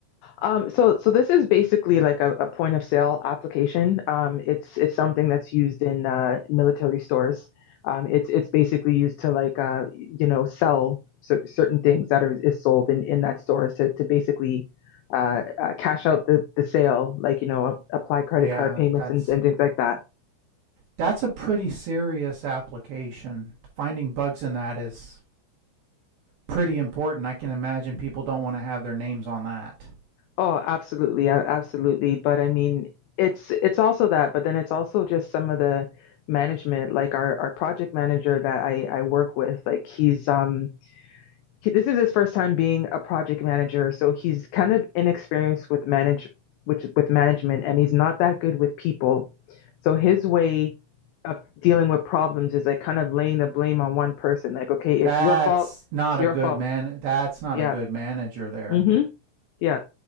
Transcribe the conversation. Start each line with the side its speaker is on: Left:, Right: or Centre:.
Left: Um, so so this is basically like a, a point of sale application. Um, it's it's something that's used in uh, military stores. Um, it's it's basically used to like uh, you know sell cer certain things that are is sold in, in that stores to to basically uh, uh, cash out the, the sale, like you know a- apply credit
Right: Yeah,
Left: card payments
Right: that's
Left: and, and things like that.
Right: that's a pretty serious application. Finding bugs in that is pretty important. I can imagine people don't want to have their names on that.
Left: Oh, absolutely, a- absolutely. But I mean, it's it's also that, but then it's also just some of the management, like our our project manager that I I work with, like he's um he, this is his first time being a project manager, so he's kind of inexperienced with manage which with management, and he's not that good with people. So his way of dealing with problems is like kind of laying the blame on one person, like, okay, it's
Right: That's
Left: your fault,
Right: not
Left: it's
Right: a
Left: your
Right: good
Left: fault.
Right: man. That's not
Left: Yeah.
Right: a good manager there.
Left: Mm-hmm. Yeah,